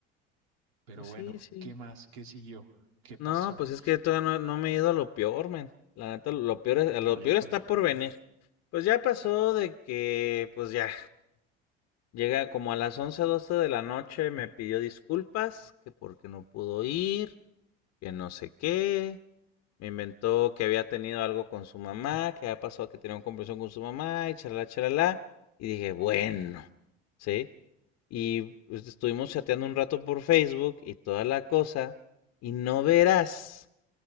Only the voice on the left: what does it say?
Pues
sí, sí.
No, pues es que todavía no, no me he ido a lo peor, men. La neta, lo peor, es- lo
peor está por venir. Pues ya pasó de que, pues ya, llega como a las 11 12 de la noche, me pidió disculpas, que porque no pudo ir, que no sé qué. Me inventó que había tenido algo con su mamá, que había pasado que tenía una conversación con su mamá y charla, charla. Y dije, bueno, ¿sí? Y pues, estuvimos chateando un rato por Facebook y toda la cosa. Y no verás,